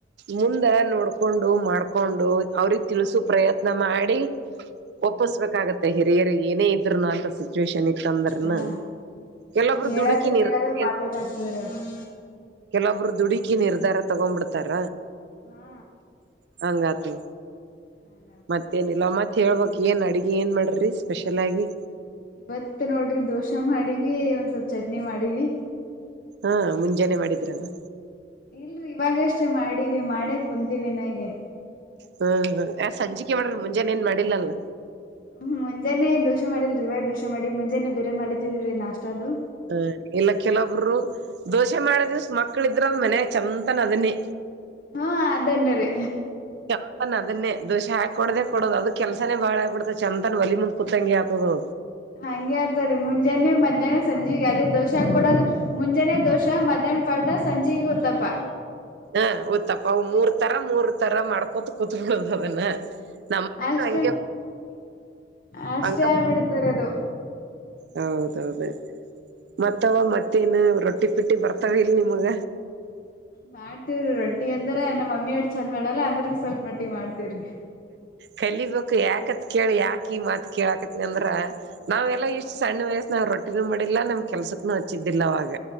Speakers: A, on the right; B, on the left.
A: ಮುಂದೆ ನೋಡ್ಕೊಂಡು ಮಾಡ್ಕೊಂಡು ಅವ್ರಗ್ ತಿಳ್ಸು ಪ್ರಯತ್ನ ಮಾಡಿ. ಒಪ್ಪಿಸಬೇಕ ಆಗುತೆ ಹಿರಿಯರು ಏನೇ ಇದ್ರುನು ಅಂತಸಿ. ಸಿಚಿವೇಶನ್ ಇತ್ತ ಅಂದ್ರನ
B: ಹಾ
A: ಕೆಲೊಬ್ರು
B: ಹೇಳದು
A: ದುಡುಕಿನ ನಿರ್ದ.
B: ಕೇಳದು <unintelligible>
A: ಕೆಲೊಬ್ರು ದುಡುಕಿ ನಿರ್ಧಾರ ತಗೊಂಡ್ ಬಿಡ್ತಾರ.
B: ಹಾ.
A: ಹಂಗಾತು
B: ಹಂಗಾಗ್ಬಿಡ್ತ
A: ಮತ್ತೇನಿಲ್ಲ ಮತ್ತ. ಹೇಳ್ಬೇಕು ಏನು ಅಡುಗೆ ಏನ ಮಾಡ್ರಿ ಸ್ಪೆಷಲ್ ಆಗಿ.
B: ಇವತ್ ನೋಡ್ರಿ ದೋಸ ಮಾಡಿವಿ ಒಂದ್ ಸ್ವಲ್ಪ ಚಟ್ನಿ ಮಾಡಿವಿ.
A: ಹಾ ಮುಂಜಾನೆ ಮಾಡಿದ್ರ ಏನ್.
B: ಇಲ್ರಿ ಇವಾಗಷ್ಟೇ ಮಾಡಿವಿ ಮಾಡೇ ಕುಂತೀವಿ ಇನಾ ಇಗೆ.
A: ಹ್ಮ್ ಹ ಆ ಸಂಜಿಕೆ ಮಾಡ್ರಿ ಮುಂಜಾನೇ ಏನ್ ಮಾಡಿಲ್ಲಲ್ಲ.
B: ಹ್ಮ ಮುಂಜಾನೆ ದೋಶ ಮಾಡಿಲ್ರಿ ಇವಾಗ ದೋಶ ಮಾಡಿ ಮುಂಜಾನೆ ಬೇರೆ ಮಾಡಿತಿದ್ರರಿ ನಾಷ್ಟ ಅದು.
A: ಹ ಇಲ್ಲ ಕೆಲವಬ್ರು. ದೋಸೆ ಮಾಡ ದಿವ್ಸ ಮಕ್ಳ ಇದ್ರಂದ ಮನ್ಯಗ ಸಂಜಿತನ ಅದನ್ನೇ.
B: ಹ್ಮ ಅದನ್ನ ರೀ.
A: ಚಂದನ್ ಅದನ್ನೇ ದೋಷೆ ಹಾಕೊಡದೇ ಕೊಡೋದು ಅದ ಕೆಲ್ಸಾನೇ ಬಾಳ ಆಗ್ಬಿಡ್ತ ಚಂದನ್ ಒಲಿ ಮುಂದ್ ಕೂತಂಗಿ ಹಾಕೋದು.
B: ಹಂಗೆ ಆತರೀ ಮುಂಜಾನೆ ಮಧ್ಯಾನ ಸಂಜೆಗ ಅದೇ ದೋಸ ಕೊೂಡದು ಮುಂಜಾನೆ ದೋಷಾ ಮಧ್ಯಾನ. ಪಡ್ಡ ಸಂಜೆಗೆ ಉತ್ತಪ್ಪ.
A: ಹ ಉತ್ತಪ್ಪ ಮೂರ್ ತರ ಮೂರ್ ತರ ಮಾಡ್ಕೋತ. ಕುತ ಬಿಡೋದುದನ್ನ ನಮ್ಮ
B: ಅಷ್ಟೇ
A: ಹಂಗೆ.
B: ಅಷ್ಟೇ
A: ಹಂಗ
B: ಆಗ್ಬ ಬಿಡ್ತರಿ ಅದು.
A: ಹೌದೌದು. ಮತ್ತವ ಮತ್ತೇನು ರೊಟ್ಟಿ ಪಿಟ್ಟಿ ಬರ್ತಾವ ಇಲ್ ನಿಮಗ.
B: ಮಾಡ್ತವ್ರಿ ರೊಟ್ಟಿ ಅಂದ್ರ ನಮ್ಮ ಮಮ್ಮಿ ಆಟ ಚೆಂದ್ ಮಾಡಲ್ಲ ಅಂದ್ರಗ ಸ್ವಲ್ಪ ಮಟ್ಟಿಗೆ ಮಾಡ್ತವ್ರಿ.
A: ಕಲಿಬೇಕು ಯಾಕತ್ ಕೇಳ ಯಾಕ ಈ ಮಾತ್ ಕೆಳಕತ್ತೆನ್ ಅಂದ್ರ. ನಾವ್
B: ಹಾ
A: ಎಲ್ಲಾ
B: ರೀ
A: ಇಷ್ಟು ಸಣ್ಣ ವಯಸ್ಸನ್ಯಾಗ ರೊಟ್ಟಿನ ಮಾಡಿಲ್ಲ ನಮ್ ಕೆಲ್ಸಕ್ಕನು ಹಚ್ಚಿದ್ದಿಲ್ಲ ಅವಾಗ.